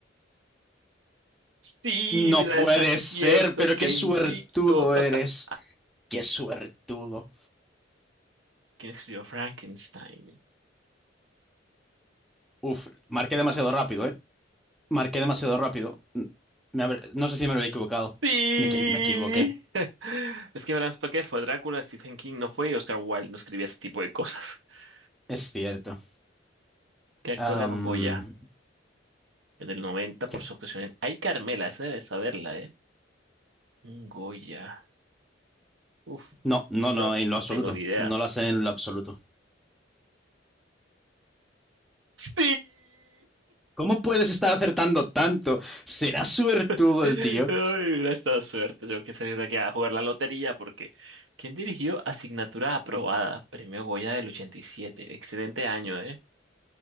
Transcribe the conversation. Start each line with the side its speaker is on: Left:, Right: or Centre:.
Right: sí,
Centre: No
Right: mira,
Centre: puede
Right: es acierto,
Centre: ser, pero
Right: que
Centre: qué suertudo
Right: invicto. <laughs>
Centre: eres. Qué suertudo.
Right: ¿Quién escribió Frankenstein?
Centre: Uf, marqué demasiado rápido, ¿eh? Marqué demasiado
Right: Ah,
Centre: rápido. Me habré- no sé si me habría equivocado.
Right: Sí.
Centre: Me, equi- me equivoqué.
Right: <laughs> Es que Bram Stoker fue Drácula, Stephen King no fue y Oscar Wilde no escribía ese tipo de cosas. <laughs>
Centre: Es cierto.
Right: ¿Qué actor
Centre: Am,
Right: ganó un Goya en el 90 por
Centre: ¿qué?
Right: su actuación en Ay, Carmela, esa debe saberla, ¿eh? Un Goya. Uf,
Centre: No, no,
Right: esto
Centre: no, en lo
Right: no
Centre: absoluto.
Right: tengo ni idea.
Centre: No lo sé en lo absoluto.
Right: Sí.
Centre: ¿Cómo puedes estar acertando tanto? Será suertudo
Right: <laughs> Ay,
Centre: el tío.
Right: hubiera estado suerte. Tengo que salir de aquí a jugar la lotería porque ¿quién dirigió Asignatura aprobada? Premio Goya del 87. Excelente año, ¿eh?